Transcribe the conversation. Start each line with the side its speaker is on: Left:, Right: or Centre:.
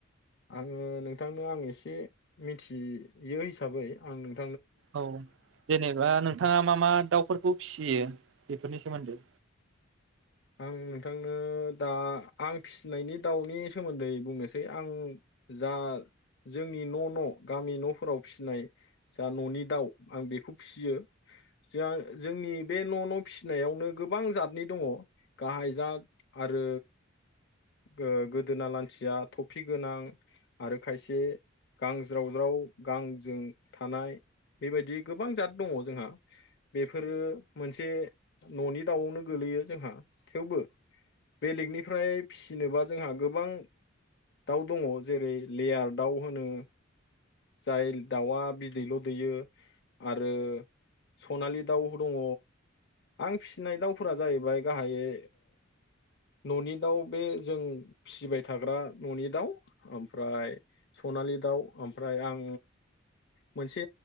Left: आंङो नोंथांनो आं एसे मिथियो हिसाबै आं नों
Right: औ जेनेबा नोंथाङा मा मा दाव फोरखौ फिसियो बेफोरनि सोमोन्दै
Left: आं नोंथांनो दा आं फिसिनायनि दाउनि सोमोन्दै बुंनोसै आं जा जोंनि न'-न' गामि न'फोराव फिसिनाय जा न'नि दाउ आं बेखौ फिसियो जों जोंनि बे न'-न' फिसिनायावनो गोबां जादनि दङ। गाहाय जात आरो गोदोना लान्थिया थफि गोनां आरो खायसे गांज्रावज्राव गांजों थानाय बेबायदि गोबां जात दंङ जोंहा बेफोरो मोनसे न'नि दाउआवनो गोलैयो जोंहा थेवबो बे लेगनिफ्राय फिसिनोबा जोंहा गोबां दाउ दंङ जेरै लेयार दाउ होनो। जाय दाउआ बिदैल' दैयो आरो सनालि दाउ दङ आं फिसिनाय दाउफोरा जाहैबाय गाहायै न'नि दाउ बे जों फिसिबाय थाग्रा न'नि दाउ ओमफ्राय सनालि दाउ ओम फ्राय आं मोनसे